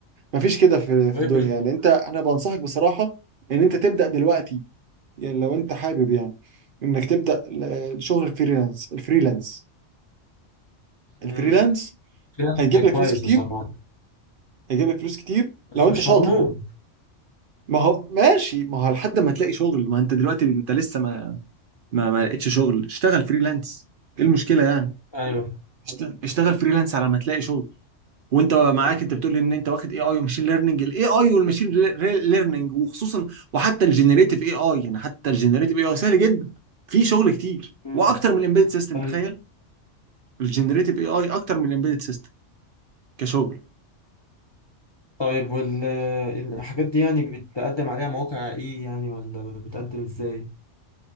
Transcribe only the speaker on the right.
مفيش كده في
في الدنيا
يعني انت انا بنصحك بصراحه ان انت تبدا دلوقتي يعني لو انت حابب يعني انك تبدا ل- شغل الفريلانس الفريلانس الفريلانس
هيجيب
لك فلوس كتير
هيجيب لك فلوس كتير
لو انت
شاطر
يعني. ما هو ماشي ما هو لحد ما تلاقي شغل ما انت دلوقتي انت لسه ما ما, ما لقيتش شغل اشتغل فريلانس ايه المشكله يعني
اشت- اشتغل فريلانس على ما تلاقي شغل وانت معاك انت بتقول ان انت واخد اي اي وماشين ليرننج الاي اي والماشين ليرننج وخصوصا وحتى الجنريتيف اي اي يعني حتى الجنريتيف اي اي سهل جدا في شغل كتير
واكتر من الامبيدد سيستم
تخيل الجنريتيف اي اي اكتر من الامبيدد سيستم كشغل